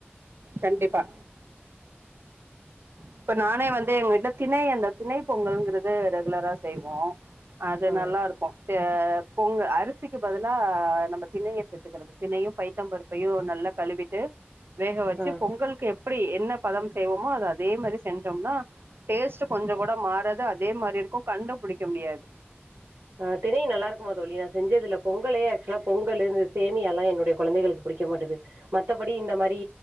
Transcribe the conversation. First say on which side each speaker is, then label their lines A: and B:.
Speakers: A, on the right; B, on the right.
A: கண்டிப்பா இப்ப நானே வந்து எங்க வீட்ல திணை அந்த திணை பொங்கல்றது ரெகுலரா செய்வோ அது
B: ஆ
A: நல்லாருக்கு த பொங் அரிசிக்கு பதிலா நம்ம திண்ணைய சேத்துகறது திண்ணையு பைத்தம்பரு பையு நல்ல கழுவிட்டு வேக வச்சு
B: ஆ
A: பொங்கலுக்கு எப்டி என்ன பதம் செய்வோமோ அத அதே மாரி செஞ்சோம்னா டேஸ்ட் கொஞ்ச கூட மாறது அதே மாரி இருக்கு கண்டு புடிக்க முடியாது
B: ஆ தினண நல்லாருக்குமா தோழி நா செஞ்சதுல்ல பொங்கலே ஆக்சுவலா பொங்கல் இந்த சேமிய எல்லா என்னுடய கொழந்தைகளுக்கு பிடிக்க மாட்டேது மத்தபடி இந்த மாரி